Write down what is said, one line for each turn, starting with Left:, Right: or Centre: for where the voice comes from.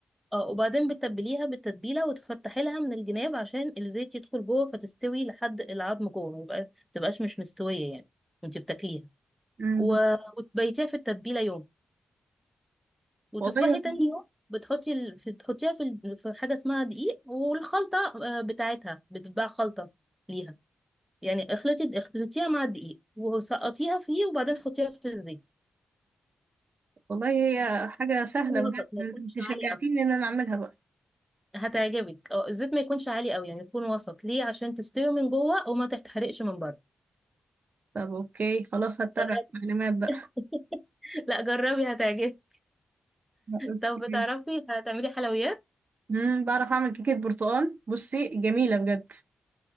Centre: اه وبعدين بتتبليها بالتتبيلة وتفتحي لها من الجناب عشان الزيت يدخل جوه فتستوي لحد العظم جوه ما يبقى- ما تبقاش مش مستوية يعني وانت بتاكليها
Right: امم
Centre: و...
Right: بس-
Centre: وتبيتيها في التتبيلة يوم وتصبحي
Right: والله
Centre: تاني يوم بتحطي ال... في- بتحطيها في ال- في حاجة اسمها دقيق والخلطة آه، بتاعتها بتتباع خلطة ليها يعني اخلطي اخلطيها مع الدقيق وسقطيها فيه وبعدين حطيها في الزيت
Right: والله هي حاجة سهلة
Centre: يكون
Right: بجد
Centre: وسط ما يكونش
Right: انت شجعتيني
Centre: عالي قوي
Right: ان انا اعملها بقى
Centre: هتعجبك اه الزيت ما يكونش عالي قوي يعني يكون وسط ليه عشان تستوي من جوه وما تتحرقش من بره
Right: طب اوكي خلاص هتبع
Centre: جربي
Right: التعليمات بقى
Centre: <laughs> لا جربي هتعجبك
Right: اوكي
Centre: طب بتعرفي هتعملي حلويات
Right: امم بعرف اعمل كيكة برتقال بصي جميلة بجد